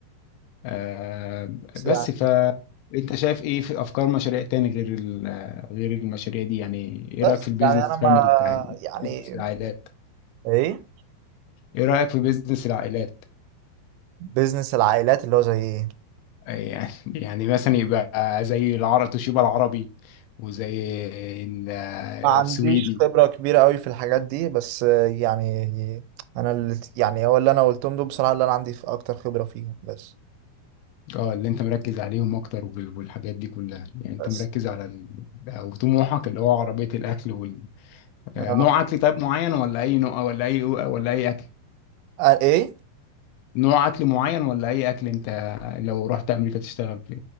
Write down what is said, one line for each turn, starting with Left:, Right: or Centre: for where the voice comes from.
Left: آه،
Right: بس
Left: بس
Right: يعني
Left: ف انت شايف ايه في افكار مشاريع تاني غير ال- آه، غير المشاريع دي يعني ايه
Right: بس
Left: رايك في البيزنس
Right: يعني انا ما
Left: فاميلي بتاع
Right: يعني
Left: بيزنس العائلات
Right: ايه
Left: ايه رايك في بيزنس العائلات
Right: بيزنس العائلات اللي هو زي ايه
Left: آه، يعني <laughs> يعني مثلا يبقى زي العرب توشيبا العربي وزي ال- آه،
Right: ما عنديش
Left: السويدي
Right: خبرة كبيرة قوي في الحاجات دي بس آه، يعني انا اللي يعني هو اللي انا قلتهم دول بصراحة اللي انا عندي في اكتر خبرة فيهم بس
Left: اه اللي انت مركز عليهم اكتر وال- والحاجات دي كلها يعني انت
Right: بس
Left: مركز على ال... او طموحك اللي هو عربية الاكل وال... آه،
Right: آه.
Left: نوع اكل طيب معين ولا اي نوع ولا اي ولا اي اكل
Right: آه ايه
Left: نوع اكل معين ولا اي اكل انت لو رحت امريكا تشتغل فيه